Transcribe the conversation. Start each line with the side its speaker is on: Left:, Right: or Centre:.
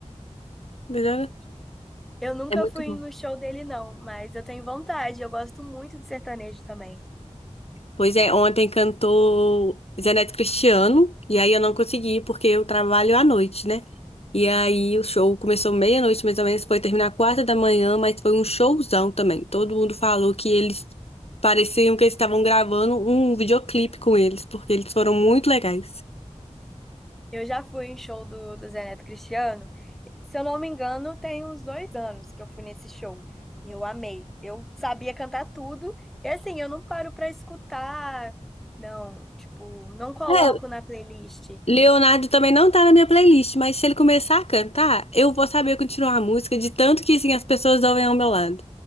Left: Ainda joga-
Centre: Eu nunca
Left: É muito
Centre: fui no show dele, não, mas eu tenho vontade. Eu gosto muito de sertanejo também.
Left: Pois é, ontem cantou Zeneto Cristiano, e aí eu não consegui porque eu trabalho à noite, né? E aí o show começou meia-noite mais ou menos, foi terminar quatro da manhã, mas foi um showzão também. Todo mundo falou que eles pareciam que eles estavam gravando um videoclipe com eles, porque eles foram muito legais.
Centre: Eu já fui em show do, do Zé Neto Cristiano. Se eu não me engano, tem uns dois anos que eu fui nesse show. E eu amei. Eu sabia cantar tudo. E assim, eu não paro pra escutar. Não, tipo, não coloco
Left: É,
Centre: na playlist.
Left: Leonardo também não tá na minha playlist, mas se ele começar a cantar, eu vou saber continuar a música de tanto que assim, as pessoas ouvem ao meu lado.